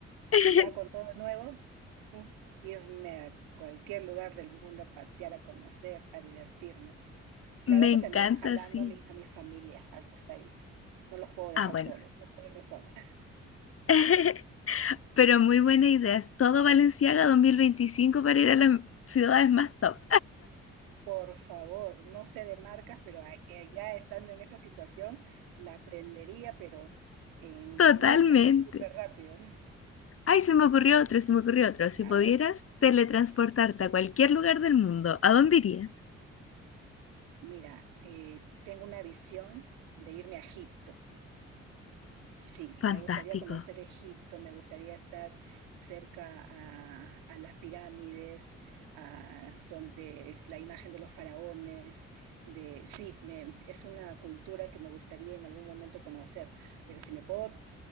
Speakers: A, on the left; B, on the right.
A: <laughs>
B: Y ya con todo nuevo, uh, irme a cualquier lugar del mundo a pasear, a conocer, a divertirme. Claro
A: Me
B: que
A: encanta,
B: también jalando
A: sí.
B: a mi, a mi familia al costadito. No los puedo dejar
A: Ah, bueno.
B: solos, no puedo irme sola.
A: <laughs> Pero muy buena idea. Es Todo Valenciaga 2025 para ir a las ciudades más top.
B: Por favor, no sé de marcas, pero a- eh, ya estando en esa situación, la aprendería, pero en,
A: <laughs> Totalmente.
B: en una, súper rápido.
A: Ay, se me ocurrió otro, se me ocurrió otro. Si
B: A
A: pudieras
B: ver,
A: teletransportarte a cualquier lugar del mundo, ¿a dónde irías?
B: mira, eh, tengo una visión de irme a Egipto Sí,
A: Fantástico.
B: me gustaría conocer Egipto, me gustaría estar cerca a, a las pirámides, a, donde la imagen de los faraones, de sí, me- es una cultura que me gustaría en algún momento conocer, pero si me puedo